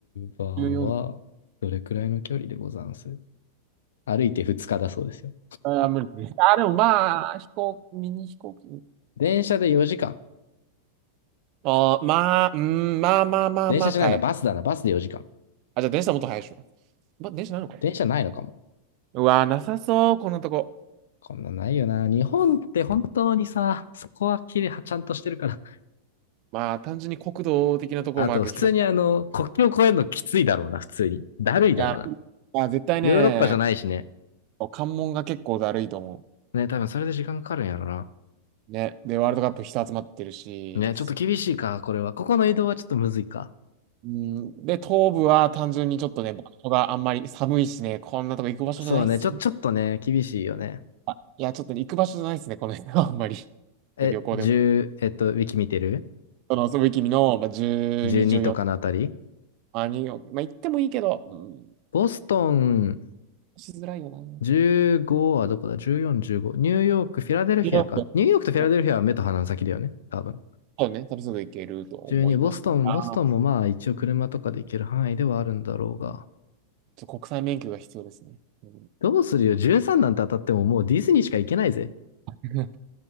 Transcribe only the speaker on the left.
ーバーは、
どれくらいの距離でござんす歩いて2日だそうですよ。
電車で4時間。
電車じゃないな、
バスだな、バスで4時間。
電車ないのかも。
こんなんないよな。日本って本当にさ、そこは綺麗はちゃんとしてるから。
あと、普通にあの、
国境越えるのきついだろうな、普通に。だるいだろうな。
ヨーロッパじゃないしね。
ね、多分それで時間かかるんやろな。
ね、ちょっと厳しいか、これは。ここの移動はちょっとむずいか。
そうね、ちょ、ちょっとね、厳しいよね。
え、
10、えっと、ウィキ見てる
?12
とかのあたり
ボストン、
15はどこだ ?14、15。ニューヨーク、フィラデルフィアか。
ニューヨークとフィラデルフィアは目と鼻の先だよね。
多分。
12、ボストン、
ボストンもまあ一応車とかで行ける範囲ではあるんだろうが。
どうするよ ?13 なんて当たってももうディズニーしか行けないぜ。